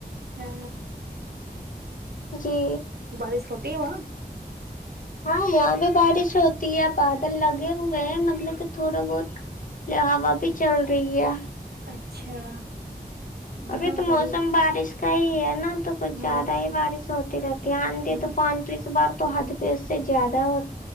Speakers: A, on the right; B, on the left.
A: ہ
B: جی
A: بار س ت ہو <unintelligible>
B: ہاں یہاں بھی بارش ہوتی یا بادل لگے ہوئے ہیں مطلب کہ تھوڑا بہت ہا بھی چل رہی ہے
A: اچھا یہاں
B: ابھی تو موسم
A: بھی
B: بارش کئی ہے نا تو کچھ
A: ہاں
B: زیادہ ہی بارش ہوتی رہتی ہے آندھی
A: ہوں
B: طوفان تو اس بار تو حد پہ اس سے زیادہ ہو